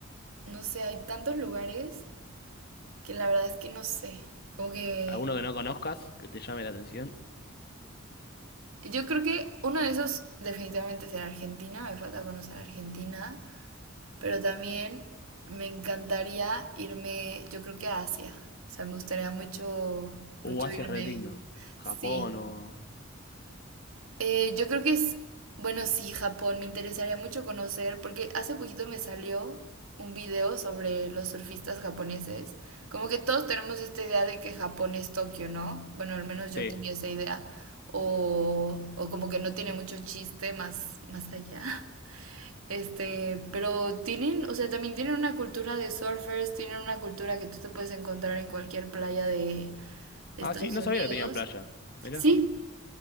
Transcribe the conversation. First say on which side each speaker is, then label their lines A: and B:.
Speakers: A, on the right; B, on the left.
A: no sé, hay tantos lugares que la verdad es que no sé. Como que
B: ¿Alguno que no conozcas que te llame la atención?
A: yo creo que uno de esos definitivamente será Argentina, me falta conocer Argentina. Pero también me encantaría irme, yo creo que a Asia. O sea, me gustaría mucho,
B: Uh,
A: mucho
B: Asia
A: irme.
B: es re lindo. Japón
A: Sí.
B: o...
A: Eh, yo creo que es, bueno, sí, Japón, me interesaría mucho conocer, porque hace poquito me salió un video sobre los surfistas japoneses. Como que todos tenemos esta idea de que Japón es Tokio, ¿no? Bueno, al menos yo
B: Sí.
A: tenía esa idea. O, o como que no tiene mucho chiste más, más allá. Este, pero tienen, o sea, también tienen una cultura de surfers, tienen una cultura que tú te puedes encontrar en cualquier playa de Estados
B: Ah, sí, no
A: Unidos.
B: sabía que tenía playa. Mirá.
A: Sí,